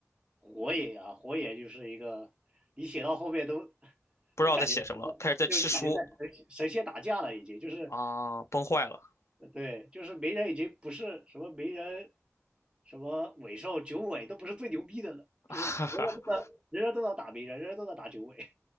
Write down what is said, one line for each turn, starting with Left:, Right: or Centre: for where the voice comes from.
Right: 火野啊，火野就是一个你写到后面都
Left: 不知道在写什么了，
Right: 都感觉
Left: 开始在吃书
Right: 就是感觉在神仙神仙打架了，已经就是
Left: 啊，崩坏了。
Right: 对，就是鸣人已经不是什么鸣人什么尾兽九尾都不是最牛逼的了，
Left: <laughs>
Right: 就是人人都在人人都在打鸣人，人人都在打九尾，<laughs>